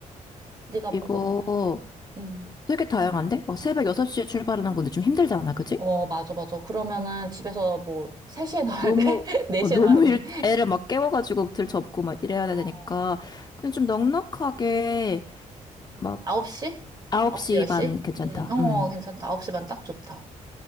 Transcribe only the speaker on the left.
이거
되게 다양한데? 막 새벽 6시에 출발하는 건데 좀 힘들잖아, 그지?
너무,
어, 너무
일, 애를 막 깨워가지고 들 접고 막 이래야
되니까. 근데 좀 넉넉하게 막
9시
반 괜찮다.
음.